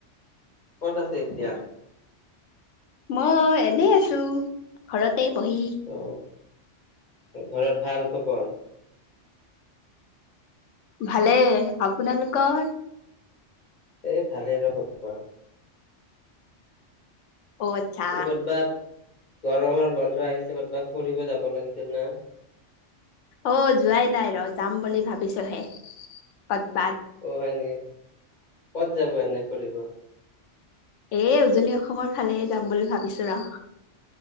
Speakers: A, on the left (about 45°); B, on the left (about 80°).
A: ক'ত আছে এতিয়া?
B: মই এনেই আছো ঘৰত। তে বহি
A: অ ঘৰত ভাল খবৰ?
B: ভালে আপোনালোকৰ?
A: এ ভালেই লগ <unintelligible>
B: অ' আচ্ছা।
A: ক'তবা গৰমৰ বন্ধ আহিছে ক'তবা? ফুৰিব যাব লাগিছিল না।
B: অ' যোৱাই নাই ৰ যাম বুলি ভাবিছোহে পত
A: অ' হয় নেকি কত যাব এনে ফুৰিব?
B: এ উজনি অসমৰ ফালে যাম বুলি ভাবিছো ৰা।